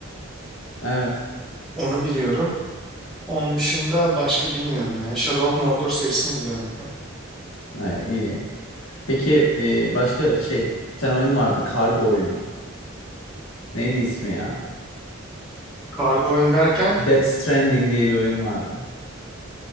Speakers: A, on the left; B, in the centre.
A: Evet.
B: Onu biliyorum. Onun dışında başka bilmiyorum ya. Shadow of Mordor serisini biliyorum bir de.
A: Ha, iyi. Peki e, başka şey bir tane oyun vardı kargo oyunu. Neydi ismi ya?
B: Kargo oyun derken
A: Death Stranding diye bir oyun vardı.